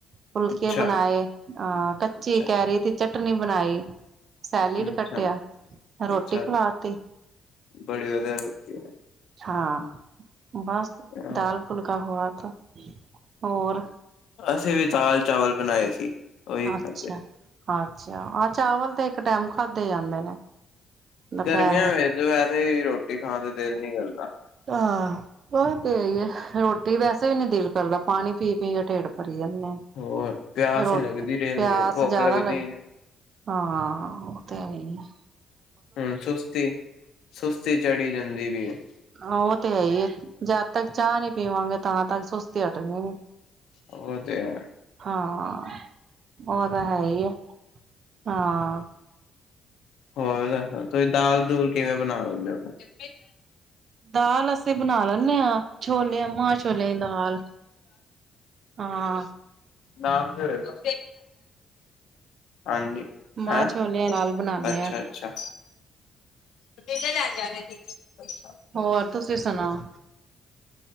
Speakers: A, on the right; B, on the left.
A: ਫੁਲਕੇ
B: ਅੱਛਾ
A: ਬਣਾਏ, ਆ ਕੱਚੀ
B: ਅੱਛਾ
A: ਕੈਰੀ ਦੀ ਚਟਨੀ ਬਣਾਈ, ਸੈਲਿਡ
B: ਅੱਛਾ
A: ਕੱਟ ਕੁੱਟਿਆ, ਰੋਟੀ
B: ਅੱਛਾ,
A: ਖਾਲਤੀ
B: ਬੜੀ ਵਧੀਆ ਰੋਟੀ
A: ਹਾਂ, ਬਸ
B: ਹਾਂ,
A: ਦਾਲ-ਫੁਲਕਾ ਖੁਵਾਤਾ, ਹੋਰ?
B: ਅਸੀਂ ਵੀ ਦਾਲ ਚਾਵਲ ਬਣਾਏ ਸੀ। ਉਹੀ ਖਾਧੇ,
A: ਅੱਛਾ-ਅੱਛਾ, ਆਹ ਚਾਵਲ ਤੇ ਇੱਕ ਟਾਈਮ ਖਾਧੇ ਜਾਂਦੇ ਨੇ। ਦੁਪਹਿਰ
B: ਗਰਮੀਆਂ
A: ਵੇਲੇ
B: ਵਿੱਚ ਤੇ ਵੈਸੇ ਹੀ ਰੋਟੀ ਖਾਣ ਦਾ ਦਿਲ ਨੀ ਕਰਦਾ
A: ਹਹ ਬੱਸ ਉਈ ਆ ਰੋਟੀ ਵੈਸੇ ਵੀ ਨਹੀਂ ਦਿਲ ਨੀ ਕਰਦਾ, ਪਾਣੀ ਪੀ-ਪੀ ਕੇ ਢੇਡ ਭਰੀ ਜਾਨੇ
B: ਹੋਰ ਪਿਆਸ
A: ਆ ਰੋਟ,
B: ਹੀ ਲੱਗਦੀ ਰਹਿੰਦੀ
A: ਪਿਆਸ
B: ਹੈ, ਭੁੱਖ
A: ਜਿਆਦਾ
B: ਲੱਗਦੀ
A: ਲੱਗ
B: ਨੀ,
A: ਹਾਂ, ਉਹ ਤਾਂ ਹੇਈ ਆ
B: ਹੁਣ ਸੁਸਤੀ-ਸੁਸਤੀ ਚੜੀ ਜਾਂਦੀ ਵੀ ਹੈ
A: ਉਹ ਤੇ ਹੈ ਹੀ ਹੈ, ਜਦ ਤੱਕ ਚਾਹ ਨੀ ਪੀਵਾਂਗੇ ਤਾਂ ਤੱਕ ਸੁਸਤੀ ਹਟਣੀ ਨੀ।
B: ਉਹ ਤੇ ਹੈ।
A: ਹਾਂ, ਉਹ ਤਾਂ ਹੈ ਹੀ ਆ ਹਾਂ।
B: ਹੋਰ? ਤੁਸੀਂ ਦਾਲ ਦੂਲ ਕਿਵੇਂ ਬਣਾ ਲੈਂਦੇ ਹੋ ਫ
A: ਦਾਲ ਅਸੀਂ ਬਣਾ ਲੈਂਨੇ ਹਾਂ ਛੋਲਿਆ ਮਾਹ ਛੋਲੇ ਦੀ ਦਾਲ ਹਾਂ
B: ਨਾਮ ਤੇ ਹੋਏਗਾ <inaudible> ਹਾਂਜੀ
A: ਮਾਂ
B: ਹੈਂ?
A: ਛੋਲਿਆਂ ਦੀ ਦਾਲ ਬਣਾਉਦੇ
B: ਅੱਛਾ-ਅੱਛਾ।
A: ਹਾਂ
B: <unintelligible>
A: ਹੋਰ, ਤੁਸੀਂ ਸੁਣਾਓ?